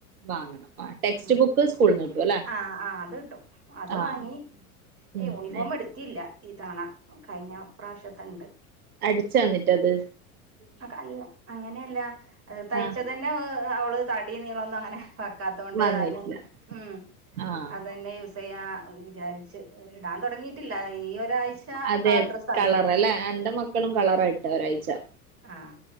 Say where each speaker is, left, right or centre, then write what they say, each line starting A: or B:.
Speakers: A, on the right (about 75°); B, on the right (about 30°).
A: വാങ്ങണം ആഹ് ടെക്സ്റ്റ്
B: ആഹ,
A: ബുക്ക് സ്കൂളിൽന്ന് കിട്ടും അല്ലേ
B: ആ, അത് കിട്ടും അത്
A: ആഹ്
B: വാങ്ങി. ഹേയ്
A: ഉം
B: യൂണിഫോം
A: എ-
B: എടുത്തിയില്ല ഈതണ കഴിഞ്ഞ പ്രാവശ്യത്തണ്ട്.
A: അടിച്ച എന്നിട്ട് അത്?
B: അല്ല അങ്ങനെയല്ല തയ്ച്ച
A: ആഹ്
B: തന്നെ അവള് തടിയ നീളൊന്നും അങ്ങനെ. വക്കാതോണ്ട്
A: വന്നിട്ടില്ല
B: അയിനൊന്നും ഉം
A: ആഹ്
B: അതന്നെ വിചാരിച്ച് ഇടാൻ തൊടങ്ങിയിട്ടില്ല ഈ ഒരാഴ്ച.
A: അതെ
B: കളർ ഡ്രസ്സ് ആയിരുന്നു
A: കളർ അല്ലേ. എന്റെ മക്കളും കളറായിട്ട ഒരാഴ്ച.
B: ആ,